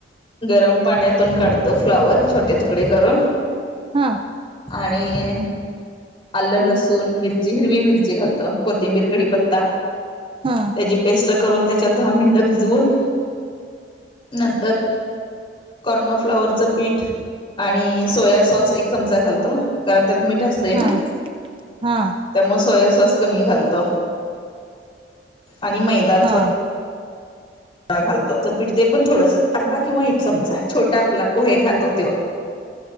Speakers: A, on the left; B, on the right.
A: गरम पाण्यातून काढतो फ्लावर छोटे तुकडे करून
B: हा
A: आणि आलं लसूण मिरची हिरवी मिरची घालतो कोथिंबीर कढीपत्ता
B: हा
A: त्याची पेस्ट करून त्याच्यात दहा मिन भिजवून नंतर कॉर्नोफ्लावरच पीठ आणि सोया सॉस एक चमचा घालतो कारण त्या मीठ असतय ना
B: हा हा
A: त्यामुळे सोयासॉस कमी घालतो आणि मैदा
B: हा
A: थोड घालतो तर पिठते पण थोडस अर्धा किंवा एक चमचा छोटा आपला पोहे खातो तो